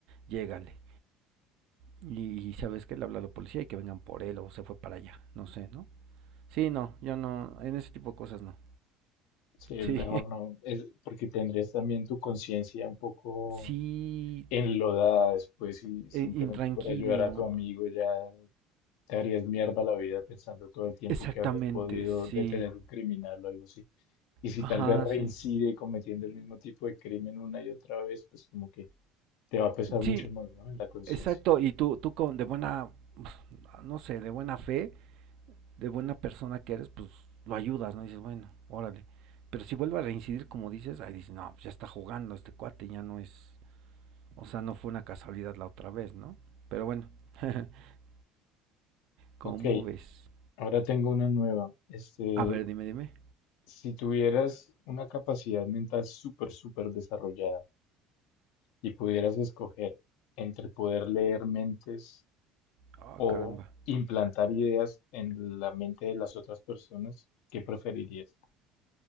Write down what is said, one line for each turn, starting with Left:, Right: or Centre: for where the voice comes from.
Right: llégale, y, y sabes que le habla a la policía y que vengan por él o se fue para allá, no sé, ¿no? Sí, no, yo no, en ese tipo de cosas no,
Left: Sí,
Right: sí,
Left: es mejor no, es porque tendrías también tu conciencia un poco
Right: <laughs>
Left: enlodada
Right: sí,
Left: después y simplemente
Right: eh, intranquilo,
Left: por ayudar a tu amigo ya Te harías mierda la vida pensando todo el tiempo
Right: exactamente,
Left: que habrías podido
Right: sí,
Left: detener un criminal o algo así. Y si
Right: ajá,
Left: tal vez reincide
Right: sí,
Left: cometiendo el mismo tipo de crimen una y otra vez, pues como que te va a pesar
Right: sí,
Left: mucho más, ¿no? En la conciencia.
Right: Exacto, y tú, tú con, de buena, pues, no sé, de buena fe, de buena persona que eres, pues lo ayudas, ¿no? Dices, bueno, órale. Pero si vuelve a reincidir, como dices, ahí dices, no, pues ya está jugando este cuate, ya no es, o sea, no fue una casualidad la otra vez, ¿no? Pero bueno, <laughs> ¿cómo
Left: Ok,
Right: ves?
Left: ahora tengo una nueva. Este,
Right: A ver, dime, dime.
Left: si tuvieras una capacidad mental súper, súper desarrollada y pudieras escoger entre poder leer mentes
Right: Ah,
Left: o
Right: caramba.
Left: implantar ideas en la mente de las otras personas, ¿qué preferirías?